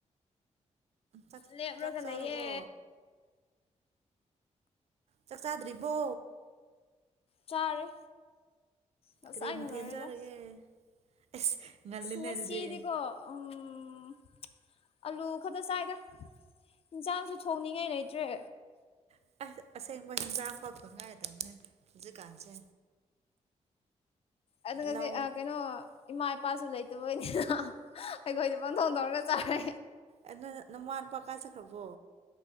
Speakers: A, on the right (about 60°); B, on the left (about 50°).
A: ꯆꯥꯛ
B: ꯂꯦꯞꯔꯒ
A: ꯆꯥꯛ ꯆꯥꯔꯕꯣ
B: ꯂꯩꯌꯦ
A: ꯆꯥꯛ ꯆꯥꯗ꯭ꯔꯤꯕꯣ
B: ꯆꯥꯔꯦ ꯉꯁꯥꯏꯅ
A: ꯀꯔꯤ ꯃꯊꯦꯟ
B: ꯂꯣꯏꯔꯦꯗ
A: ꯆꯥꯔꯒꯦ ꯑꯁ ꯉꯜꯂꯤꯅꯦ
B: ꯉꯁꯤꯗꯤꯀꯣ
A: ꯑꯗꯨꯗꯤ
B: ꯎꯝ ꯑꯂꯨ ꯈꯇ ꯆꯥꯏꯗ ꯏꯟꯖꯥꯡꯁꯨ ꯊꯣꯡꯅꯤꯡꯉꯥꯏ ꯂꯩꯇ꯭ꯔꯦ
A: <unintelligible> ꯑꯁꯦꯡꯕ ꯍꯤꯟꯖꯥꯡ ꯐꯥꯎ ꯊꯣꯡꯅꯤꯡꯉꯥꯏ ꯂꯩꯇꯝꯅꯦ ꯍꯧꯖꯤꯛꯀꯥꯟꯁꯦ
B: ꯑꯗꯨꯒ <unintelligible>
A: ꯂꯧ
B: ꯀꯩꯅꯣ ꯏꯃꯥ ꯏꯄꯥꯁꯨ ꯂꯩꯇꯕꯩꯅꯦ <unintelligible> ꯑꯩꯈꯣꯏꯗꯤ ꯄꯪꯊꯣꯡ ꯇꯧꯔꯒ ꯆꯥꯔꯦ
A: ꯑꯗꯨ <unintelligible> ꯀꯥꯏ ꯆꯠꯈ꯭ꯔꯕꯣ